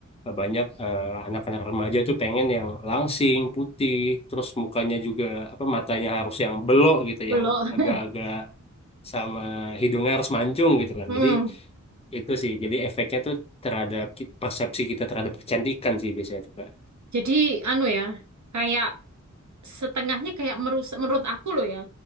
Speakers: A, on the left (about 20°); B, on the right (about 65°).
A: eh, banyak eh, anak-anak remaja tuh pengen yang langsing, putih, terus mukanya juga apa matanya harus yang belok gitu,
B: belum.
A: yang agak-agak sama hidungnya harus mancung gitu kan.
B: <laughs>
A: Jadi itu sih, jadi efeknya tuh terhadap ki- persepsi kita terhadap kecantikan sih biasanya tuh, Kak.
B: Jadi anu ya, kayak setengahnya kayak merusak menurut aku loh ya.